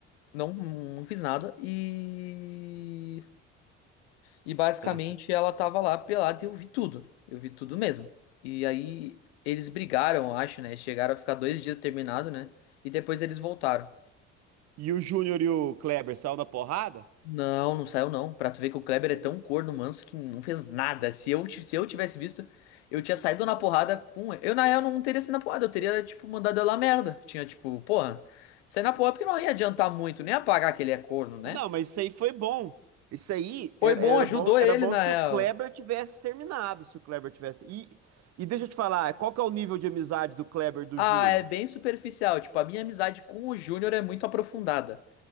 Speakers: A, on the left; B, on the right.
A: não, não fiz nada. E. E basicamente
B: <laughs>
A: ela tava lá pelada e eu vi tudo. Eu vi tudo mesmo. E aí eles brigaram, eu acho, né? Chegaram a ficar dois dias terminado, né? E depois eles voltaram.
B: E o Júnior e o Kleber saiu na porrada?
A: Não, não saiu não. Pra tu ver que o Kleber é tão corno manso que não fez nada. Se eu, ti- se eu tivesse visto, eu tinha saído na porrada com ele. Eu, na real, não teria sido na porrada. Eu teria, tipo, mandado ela a merda. Tinha, tipo, porra, sair na porrada porque não ia adiantar muito, nem apagar que ele é corno, né?
B: Não, mas isso aí foi bom. Isso aí
A: Foi
B: era,
A: bom,
B: era
A: ajudou
B: bom,
A: ele,
B: era bom
A: na
B: se
A: real.
B: o Kleber tivesse terminado, se o Kleber tivesse. E, e deixa eu te falar, qual que é o nível de amizade do Kleber e do
A: Ah,
B: Júnior?
A: é bem superficial. Tipo, a minha amizade com o Júnior é muito aprofundada.